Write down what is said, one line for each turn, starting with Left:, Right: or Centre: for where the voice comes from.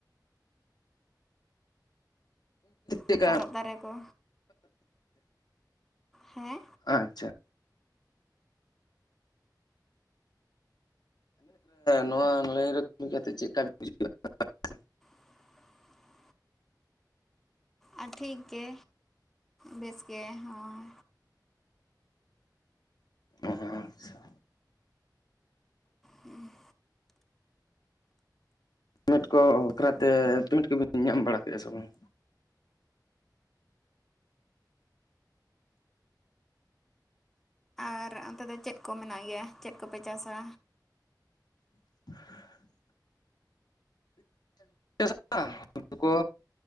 Left: ᱪᱮᱫᱠᱟ
Centre: ᱟᱨ ᱛᱟᱨᱚᱵᱽ ᱫᱟᱨᱮ ᱠᱚ ᱦᱮᱸ
Left: ᱟᱪᱪᱷᱟ ᱱᱚᱣᱟ ᱚᱱᱞᱟᱭᱤᱱ ᱨᱮ ᱠᱟᱹᱢᱤ ᱠᱟᱛᱮᱫ ᱪᱮᱫ ᱞᱮᱠᱟ ᱵᱤᱱ ᱵᱩᱡᱷᱟᱹᱣ ᱮᱫᱟ
Centre: <unintelligible> ᱟᱨ ᱴᱷᱤᱠ ᱜᱮ ᱵᱮᱥ ᱜᱮ ᱦᱳᱭ
Left: ᱟᱪᱪᱷᱟ
Centre: ᱦᱮᱸ
Left: ᱯᱮᱢᱮᱱᱴ ᱠᱚ ᱵᱟᱠᱷᱨᱟᱛᱮ ᱯᱮᱢᱮᱱᱴ ᱠᱚᱵᱤᱱ ᱧᱟᱢ ᱵᱟᱲᱟ ᱠᱮᱫᱼᱟ ᱥᱮ ᱵᱟᱝ
Centre: ᱟᱨ ᱚᱱᱛᱮ ᱫᱚ ᱪᱮᱫ ᱠᱚ ᱢᱮᱱᱟᱜ ᱜᱮᱭᱟ ᱪᱮᱫ ᱠᱚᱯᱮ ᱪᱟᱥᱼᱟ
Left: <unintelligible> ᱪᱟᱥᱼᱟ ᱦᱩᱲᱩ ᱠᱚ